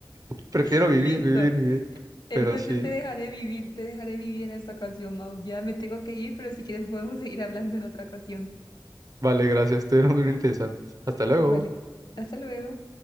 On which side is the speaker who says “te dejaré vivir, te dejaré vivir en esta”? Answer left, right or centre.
Left